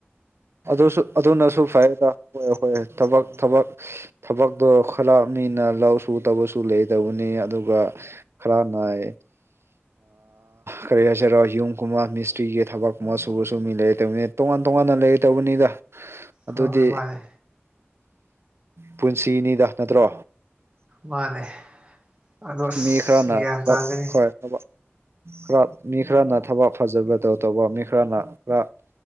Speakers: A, on the right; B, on the right.
A: ꯑꯗꯨꯁꯨ ꯑꯗꯨꯅꯁꯨ ꯐꯩꯦꯗ ꯍ ꯍꯣꯏ ꯊꯕꯛ ꯊꯕꯛ ꯊꯕꯛꯇꯣ ꯈꯔ ꯃꯤꯅ ꯂꯧꯁꯨ ꯇꯧꯕꯁꯨ ꯂꯩꯇꯕꯅꯤ ꯑꯗꯨꯒ ꯈꯔ ꯅꯏ ꯀꯔꯤ ꯍꯥꯏꯁꯤꯔꯣ ꯌꯨꯝꯒꯨꯝꯕ ꯃꯤꯁꯇ꯭ꯔꯤꯒꯤ ꯊꯕꯛꯀꯨꯝꯕ ꯁꯨꯕ ꯁꯨ ꯃꯤ ꯂꯩ ꯇꯕꯅꯤ ꯇꯣꯉꯥꯟ ꯇꯣꯉꯥꯟꯅ ꯂꯩꯒ ꯇꯧꯕꯅꯤꯗ ꯑꯗꯨꯗꯤ
B: ꯍꯣꯏ ꯍꯣꯏ ꯃꯥꯅꯦ
A: ꯄꯨꯟꯁꯤꯅꯤꯗ ꯅꯠꯇ꯭ꯔꯣ
B: ꯃꯥꯅꯦ ꯑꯗꯣ ꯑꯁ
A: ꯃꯤ ꯈꯔꯅ
B: ꯒ꯭ꯌꯥꯟ
A: ꯍꯣꯏ
B: ꯇꯥꯒꯅꯤ
A: ꯊ ꯈꯔ ꯃꯤ ꯈꯔꯅ ꯊꯕꯛ ꯐꯖꯕꯗ ꯇꯧꯕ ꯃꯤ ꯈꯔꯅ ꯈꯔ